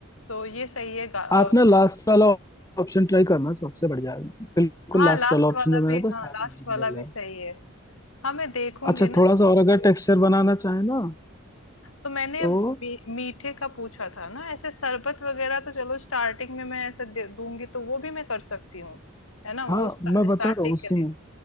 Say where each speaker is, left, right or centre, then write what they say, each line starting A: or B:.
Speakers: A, on the left (about 70°); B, on the left (about 15°).
A: तो ये सही है गा- अ,
B: आप ना लास्ट वाला ऑप्शन ट्राई करना सबसे बढ़िया है। बिल्कुल
A: हाँ
B: लास्ट
A: लास्ट
B: वाला
A: वाला
B: ऑप्शन जो मेरा
A: भी
B: था
A: हाँ
B: साबुन
A: लास्ट
B: नहीं
A: वाला
B: मिल
A: भी
B: रहा
A: सही
B: है
A: है हाँ मैं देखूंगी
B: अच्छा
A: ना
B: थोड़ा
A: इस-
B: सा और अगर टेक्सचर बनाना चाहे ना
A: तो मैंने
B: तो
A: मी, मीठे का पूछा था ना ऐसे शरबत वगैरह तो चलो स्टार्टिंग में मैं ऐसे दे दूंगी तो वो भी मैं कर सकती हूँ है ना
B: हाँ
A: वो स्टार्टिंग
B: मैं बता रहा हूँ उसी
A: के लिए
B: में